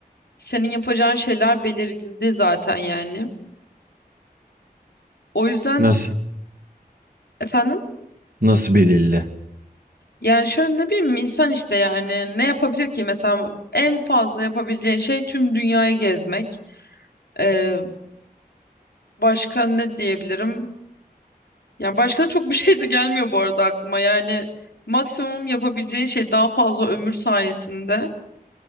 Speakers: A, on the left; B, on the right.
A: senin yapacağın şeyler belirgindi zaten yani. O yüzden
B: Nasıl?
A: Efendim?
B: Nasıl belirli?
A: Yani şöyle ne bileyim insan işte yani ne yapabilir ki mesela en fazla yapabileceğin şey tüm dünyayı gezmek. Ee, başka ne diyebilirim? Yani başka da çok bir şey de gelmiyor bu arada aklıma. Yani maksimum yapabileceğin şey daha fazla ömür sayesinde